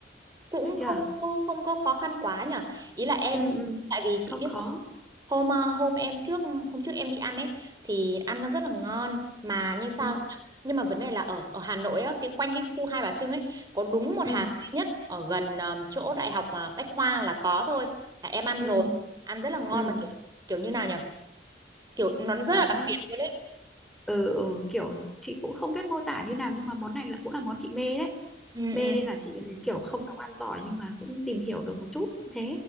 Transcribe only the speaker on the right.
cũng
không có không có khó khăn quá nhở. Ý là em
tại vì chị
biết
là hôm ờ, hôm em trước hôm trước em đi ăn ấy thì ăn nó rất là ngon mà như sao
nhưng mà vấn đề là ở ở Hà Nội á cái quanh cái khu Hai Bà Trưng ấy có đúng một
hàng duy nhất ở gần ờ, chỗ đại học mà Bách Khoa là có thôi. Là em ăn
rồi, ăn rất là ngon
mà kiểu kiểu như nào nhở? Kiểu nó rất
là đặc biệt luôn đấy.
Ừ
ừ